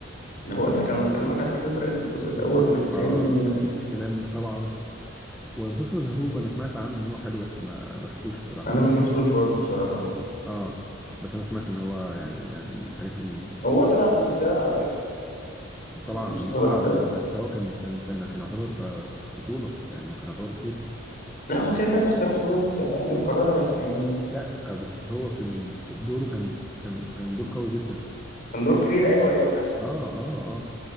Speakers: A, on the left; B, in the centre.
A: انا بقول لك انا بكلمك على الفيل الازرق الجزء
B: مفيش
A: الاول والثاني
B: اه مفيش كلام طبعا ومسلسل الهروب انا سمعت عنه ان هو حلو بس ما ما شفتوش الصراحه
A: انا ما شفتوش برضو بصراحه برضو
B: اه بس انا سمعت ان هو يعني يعني من الحاجات ال...
A: هو طلع في الاختيار على فكره
B: طبعا
A: مسلسل
B: مش
A: اه الاختيار
B: طلع ده ده, ده هو كان كان كان كان يعتبر آه، بطوله يعني هو كان يعتبر بطوله
A: لا هو كده كده الاختيار بطوله آه، امير كرارة بس يعني
B: لا آه، بس هو في ال... في دوره كان كان كان دور قوي جدا
A: كان دور كبير ايوه ايوه فاهمك
B: اه اه اه